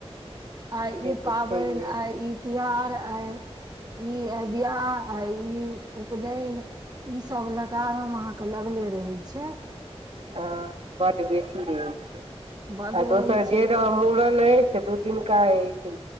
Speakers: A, on the right (about 35°); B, on the right (about 70°).
A: आ
B: से
A: ई
B: तऽ
A: पाबनि
B: छैहे
A: आइ ई तीहार आइ इ आई बियाह आइ उपनयन इ सब लतारहम अहाँ के लगले रहै छै
B: ह बड्ड बेसी रहैत छै
A: बड
B: आ
A: रहै
B: दोसर
A: छै
B: जे रह
A: तऽ
B: मूड़न होइ से दू दिन का रहै छै